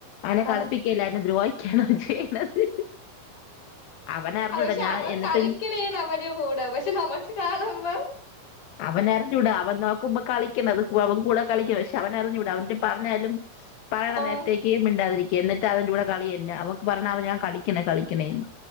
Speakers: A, on the left (about 75°); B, on the left (about 45°).
A: അനെ കളിപ്പിക്കല്ല
B: ആഹ്
A: അ ദ്രോഹിക്കാന ചെയ്യണത് അവന അറിഞ്ഞുട്ടോ
B: പക്ഷെ
A: ഞാൻ
B: അവൻ
A: എന്നിട്ട്
B: <unintelligible> അവരെ കൂടെ പ ക്ഷെ നമ്മുക്ക് കാണുമ്പ
A: അവന ൂടാ അവൻ നോക്കുമ്പോ കളിക്കണ അത് അവൻ കൂടെ കളിക്കണം പക്ഷെ അവൻറിഞ്ഞൂടാ അവൻ് പറഞ്ഞാലും പറയണ
B: ആഹ്
A: നേരത്തേക്ക് മിണ്ടാതിരിക്കും എന്നിട്ട് അതിന്റെ കൂടെ കളിന്നെ അവക്ക് പറഞ്ഞ അവൻ ഞാൻ കളിക്കണ കളണന്ന്